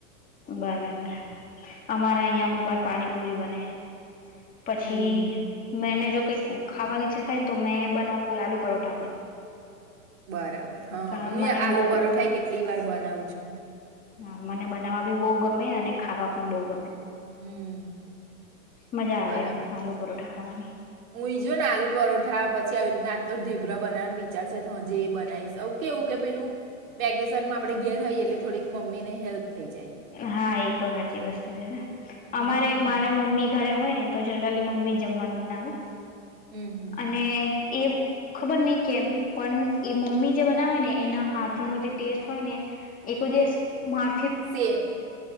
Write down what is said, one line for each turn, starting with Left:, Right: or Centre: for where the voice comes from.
Left: બરાબર અમારા અહંયા મુુકવા પર પાણી ફૂબને પછી
Right: હમ
Left: મે જો કઈક ખાવાની છતાય ને તો મેં બનાવું આલુ પરોઠા હોય
Right: બરાબર હા
Left: કારણ
Right: હું
Left: મને
Right: આલુ
Left: બહુ
Right: પરોઠા કેટલી વાર બનાવું છું <unintelligible>
Left: હા મને બનાવવા ભી બહુ ગમે અને ખાવા પણ બહુ ગમે
Right: હમ
Left: મજા આવે
Right: બરાબર
Left: એમ આલુ પરોઠા ખાવાની
Right: હું ઈ જોું ને આલુ પરોઠા પછી આવી રીને આ તો ઢેબ્ર બનાવાનું વિચારશે તો હ જે એ બનાવીશ કેવું કે પેલું વેકેશન માં આપણે ઘેર રઈએ એટલે થોડીક મમ્મી ને હેલ્પ થઈ જાય
Left: હા એ તો સાચી વસ્તુ છે ને
Right: હમ
Left: અમારે મારે મમ્મી ઘરે હોય ને તો જનરલી મમ્મી જમવાનું બનાવે
Right: હમ
Left: અને એ ખબર નહ કેમ પણ એ મમ્મી જે બનાવે ને એના હાથનો
Right: હમ
Left: જે ટેસ્ટ ને એક દિવ મા
Right: સેમ